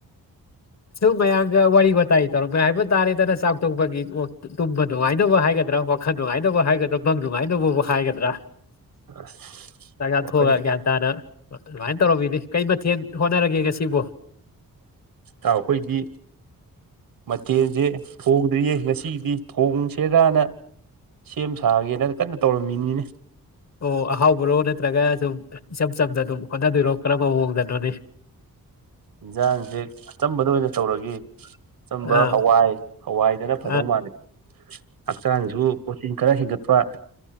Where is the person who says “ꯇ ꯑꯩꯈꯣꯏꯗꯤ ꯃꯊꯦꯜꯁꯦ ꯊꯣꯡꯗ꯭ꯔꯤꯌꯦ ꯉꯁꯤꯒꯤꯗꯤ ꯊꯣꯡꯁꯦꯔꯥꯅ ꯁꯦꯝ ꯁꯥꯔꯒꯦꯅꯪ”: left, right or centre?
Right